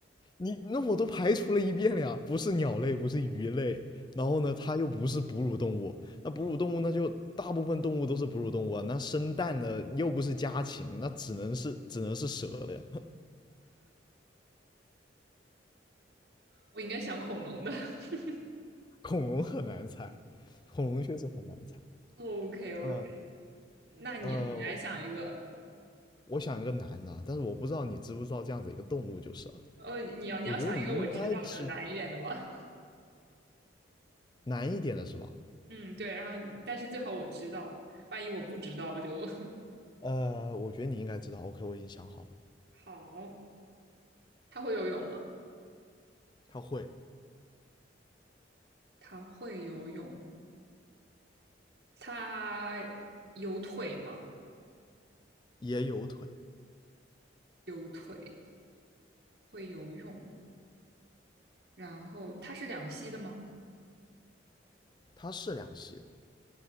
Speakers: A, on the left (about 25°); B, on the right (about 55°).
A: 你那我都排除了一遍了呀，不是鸟类，不是鱼类，然后呢，它又不是哺乳动物，那哺乳动物那就大部分动物都是哺乳动物啊，那生蛋的又不是家禽，那只能是只能是蛇了呀。
B: 我应该想恐龙的。<laughs>
A: <laughs> 恐龙很难猜，恐龙确实很难猜。
B: OK OK，
A: 嗯
B: 那你你来想一个，
A: 呃，我想一个难的，但是我不知道你知不知道这样子一个动物就是了。
B: 呃，你要你要想一个我知道的难一点的吧。
A: 我觉得你应该知难一点的是吧？
B: 嗯，对，然后你但是最好我知道，万一我不知道就
A: 呃，我觉得你应该知道。OK，我已经想好了，
B: <laughs> 好。他会游泳吗？
A: 它会，
B: 他会游泳。他有腿吗？
A: 也有腿，
B: 有腿，会游泳。然后他是两栖的吗？
A: 它是两栖的。